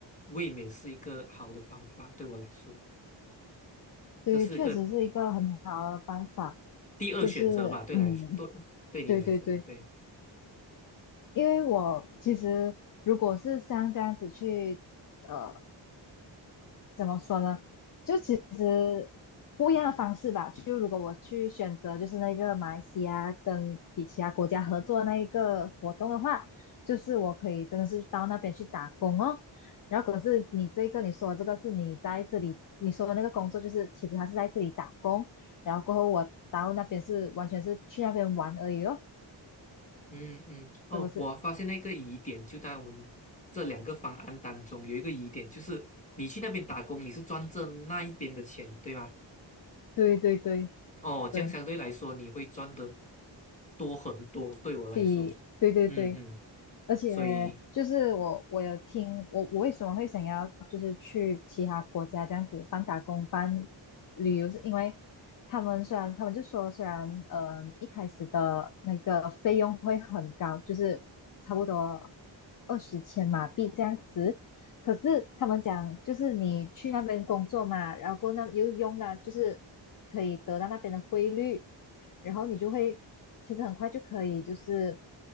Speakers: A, on the left; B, on the left.
A: 未免是一个好的方法，对我来说，
B: 对，
A: 这是一个
B: 确实是一个很好的办法，
A: 第二选择吧，
B: 就是嗯，
A: 对来说，对对你来说，
B: 对对对，
A: 对，
B: 因为我其实如果是像这样子去呃。怎么说呢？就其实不一样的方式吧。就如果我去选择，就是那个马来西亚跟比其他国家合作那一个活动的话，就是我可以真的是到那边去打工哦。然后可是你这个你说这个是你在这里你说的那个工作，就是其实他是在这里打工，然后过后我到那边是完全是去那边玩而已哦，
A: 嗯嗯，哦，
B: 是不是？
A: 我发现了一个疑点，就在我们这两个方案当中，有一个疑点就是你去那边打工，你是赚这那一边的钱，对吗？
B: 对对对
A: 哦，
B: 对，
A: 这样相对来说你会赚的多很多，对我来说，
B: 比对对对。
A: 嗯嗯，
B: 而且就是我，
A: 所以
B: 我有听我我为什么会想要就是去其他国家这样子半打工半旅游，是因为他们虽然他们就说虽然呃你一开始的那个费用会很高，就是差不多二十千马币这样子，可是他们讲，就是你去那边工作嘛，然后那又用了，就是可以得到那边的汇率，然后你就会其实很快就可以，就是